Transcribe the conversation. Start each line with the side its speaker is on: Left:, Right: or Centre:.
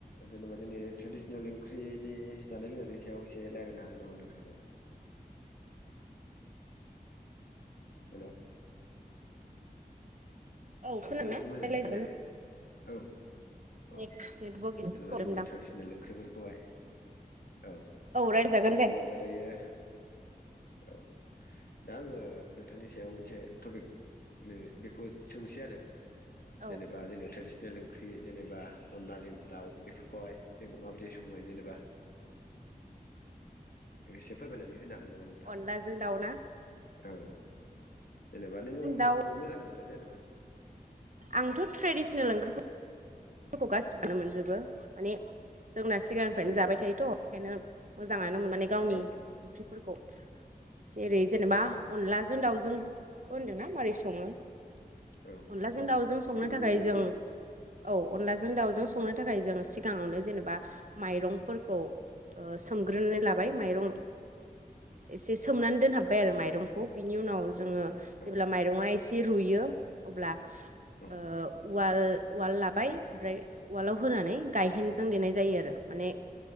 Left: जेनेबा जोंनि ट्रेडिसनेल ओंख्रिनि जानाय लोंनायनि सायाव एसे रायज्लायनो हागोन नामा नोंथांजों <inaudible> हेलौ
Right: औ खोनादोंना
Left: नोंथांनिखौ मोजाङै
Right: रायलायजागोन
Left: खोनायाखै औ औ
Right: नेटवर्क एसे
Left: जेनेबा
Right: प्रब्लेम
Left: जोंनि
Right: दां
Left: ट्रेडिसनेल ओंख्रि फोरखौहाय औ
Right: रायलायजागोन दे
Left: जेनेबा दायो औ दा आङो नोंथांनि सायाव मोनसे टपिकनि बेखौ सोंनोसै आरो
Right: औ
Left: जेनेबा जोंनि ट्रेडिसनेल ओंख्रि जेनेबा अनलाजों दाउ बेफोरखौहाय जों माबोरदि समो जेनेबा एसे फोरमायनानै होनो हागोन नामा नोंथाङा
Right: अनलाजों दाउना
Left: औ जेनेबा नोङो
Right: दाउ
Left: माखौ मोजां मोनो जेनेबा
Right: आंथ' ट्रेडिसनेल ओंख्रिफो रखौ गासिबोनो मोनजोबो माने जोंना सिगांनिफ्रायनो
Left: औ
Right: जाबाय थायोथ' बेखायनो मोजां आनो मोननानै गावनि
Left: औ
Right: ओंख्रिफोरखौ जेरै जेनेबा
Left: औ
Right: अनलाजों दाउजों बेखौ होनदोंना मारै सङो?
Left: औ
Right: अनलाजों
Left: औ
Right: दाउजों संनो
Left: बेबायदि
Right: थाखाय
Left: एसे
Right: जों औ अनलाजों दाउजों संनो थाखाय जों सिगाङावनो जेनेबा माइरंफोरखौ ओ सोमग्रोनानै लाबाय माइरं एसे सोमनानै दोनहाबबाय आरो माइरंखौ बिनि उनाव जोङो
Left: औ
Right: जेब्ला माइरङा एसे रुयो अब्ला
Left: औ
Right: ओ उवाल उवाल लाबाय ओमफ्राय उवालाव होनानै गायहेनजों देनाय जायो आरो माने